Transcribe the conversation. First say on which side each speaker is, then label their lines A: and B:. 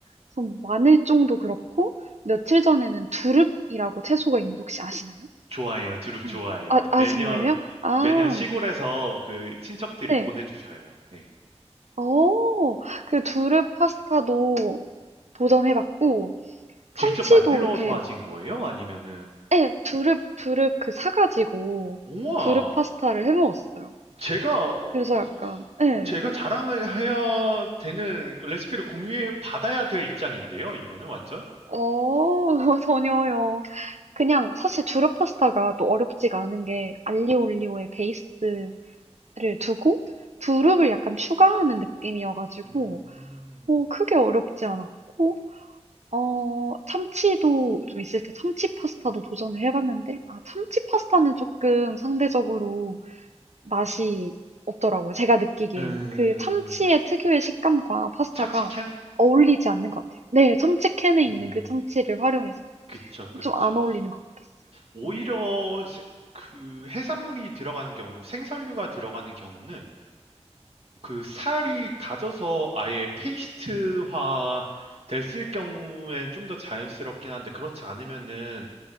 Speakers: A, on the right; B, on the right.
A: 그래서 뭐 마늘종도 그렇고 며칠 전에는 두릅이라고 채소가 있는데 혹시 아시나요?
B: 좋아해요. 두릅 좋아해요.
A: 네. 아, 아
B: 매년,
A: 정말요? 아
B: 매년 시골에서 그 친척들이
A: 네.
B: 보내주셔요. 네
A: 어. 그 두릅 파스타도 도전해 봤고 참치도
B: 직접 만들어서
A: 이렇게
B: 하신 거예요? 아니면은,
A: 예 두릅, 두릅 그 사 가지고
B: 우와.
A: 두릅 파스타를 해 먹었어요.
B: 제가 어,
A: 그래서 약간 예.
B: 제가 자랑을 해야 되는 레시피를 공유해 받아야 될 입장인데요. 이거는 완전
A: 어. <laughs> 전혀요. 그냥 사실 두루 파스타가 또 어렵지가 않은 게 알리오 올리오의 베이스를 두고 두릅을 약간 추가하는 느낌이어가지고
B: 음,
A: 뭐 크게 어렵지 않았고 어 참치도 좀 있을 때 참치 파스타도 도전을 해봤는데 아 참치 파스타는 조금 상대적으로 맛이 없더라고요. 제가 느끼기에는
B: 음,
A: 그 참치의 특유의 식감과 파스타가
B: 참치캔
A: 어울리지 않는 것 같아요. 네, 참치 캔에 있는
B: 음
A: 그 참치를 활용해서
B: 그쵸 그쵸
A: 좀 안 어울리는 것 같았어요.
B: 오히려
A: 음.
B: 세- 그 해산물이 들어가는 경우 생선류가 들어가는 경우는 그 살이 다져서 아예 페이스트화 됐을 경우엔 좀 더 자연스럽긴 한데 그렇지 않으면은